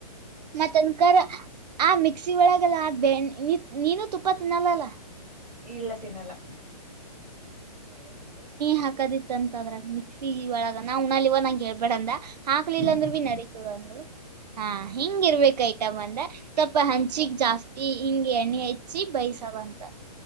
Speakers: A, on the right (about 75°); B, in the centre.
A: ಮತ್ತ ಅನ್ಕ ಆ ಮ ಟ್ಯಾಕ್ಸಿ ಒಳಗೆಲ್ಲ ಅ ಬೆ ನೀನುೂ ತುಪ್ಪ ತಿನ್ನಲ್ಲಾ
B: ಇಲ್ಲ ತಿನ್ನಲ್ಲ
A: ಹಾಕದಿತ್ತ ಅಂತದ್ರ ಮಿಕ್ಸಿ ಒಳಗ ನಾವು್ಣಲ್ಲಿ ಇವ ನಂಂಗ ಹೇಳ್ಬೇಡಂದ ಹಾಕ್ಲಿಲ್ಲ
B: ಹಾ
A: ಅಂದ್ರು ಭೀ ನರಿತದಂದರು ಹಾ ಹಿಂಗ ಇರ್ಬೇಕಐ್ತಮ್ಮಂದ ಸ್ಪ
B: ಹ್ಮ್
A: ಹಂಚಿಗ್ ಜಾಸ್ತಿ ಹಿಂಗ ಎಣ್ಣೆ ಹೆಚ್ಚಿ ಬೈಸವಂತ.